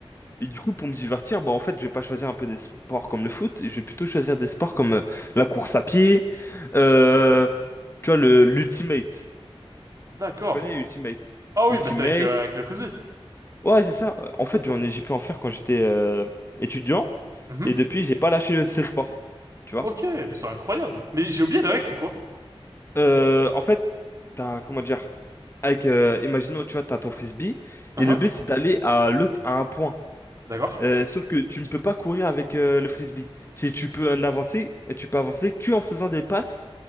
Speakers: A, on the left; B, on the right.
A: Et du coup, pour me divertir, bah, en fait, je vais pas choisir un peu des sports comme le foot, je vais plutôt choisir des sports comme euh, la course à pied, euh, tu vois, le, l'Ultimate.
B: D'accord.
A: Tu connais Ultimate?
B: Ah oui,
A: Ultimate.
B: bah c'est avec euh, avec le frisbee.
A: Ouais, c'est ça. En fait,
B: D'accord.
A: j'en ai, j'ai pu en faire quand j'étais euh, étudiant.
B: Mhm.
A: Et depuis, j'ai pas lâché ces sports. Tu vois?
B: Ok, mais c'est incroyable. Mais j'ai oublié la règle, c'est quoi?
A: Euh, en fait, t'as, comment dire? Avec, euh, imaginons, tu vois, t'as ton frisbee,
B: Hein.
A: et le but, c'est d'aller à, le- à un point.
B: D'accord.
A: Euh, sauf que tu ne peux pas courir avec euh, le frisbee. Si tu peux en avancer, et tu peux avancer qu'en faisant des passes